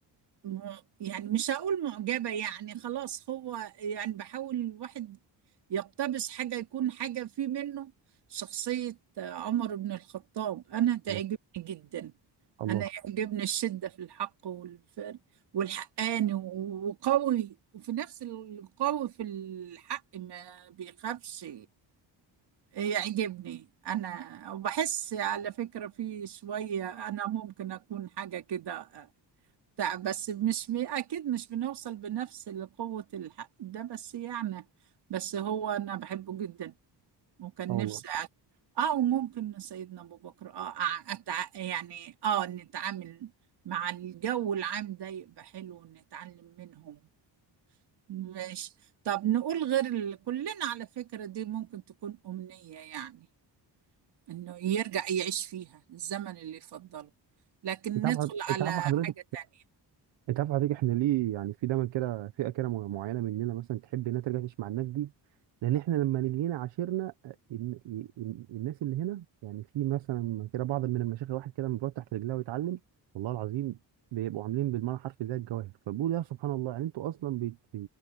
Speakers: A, on the right; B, on the right.
A: م- يعني مش هقول معجبة يعني خلاص هو يعني بحاول الواحد يقتبس حاجة يكون حاجة في منه شخصية آه، عمر بن الخطاب أنا تعجبني
B: الله
A: جدا
B: الله
A: أنا يعجبني الشدة في الحق والفر والحقاني و- وقوي وفي نفس القوي في الحق ما بيخافش يعجبني أنا وبحس على فكرة في شوية أنا ممكن أكون حاجة كده تع- بس مش م- اكيد مش بنوصل بنفس لقوة الحق ده بس يعني بس هو انا بحبه جدا وكان
B: اه والله
A: نفسي أ- اه وممكن سيدنا ابو بكر اه أع- أتع... يعني اه نتعامل مع الجو العام ده يبقى حلو ونتعلم منهم ماشي طب نقول غير ال... كلنا على فكرة دي ممكن تكون أمنية يعني انه يرجع يعيش فيها الزمن اللي يفضله لكن
B: انت
A: ندخل
B: عارف
A: على
B: انت عارف حضرتك
A: حاجة تانية
B: انت عارف حضرتك احنا ليه يعني في دايما كده فئه كده مع- معينه مننا مثلا تحب انها ترجع تعيش مع الناس دي لان احنا لما نيجي هنا عاشرنا اه، ال- ال- الناس اللي هنا يعني في مثلا كده بعض من المشايخ واحد كده من بيقعد تحت رجلها ويتعلم والله العظيم بيبقوا عاملين بالمعنى حرفي زي الجواهر فبقول يا سبحان الله يعني انتوا اصلا بت-